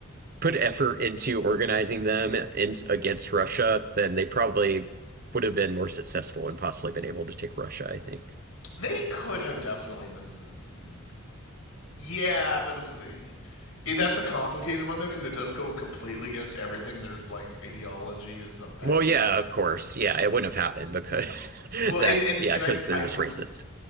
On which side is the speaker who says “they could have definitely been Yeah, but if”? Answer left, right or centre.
Left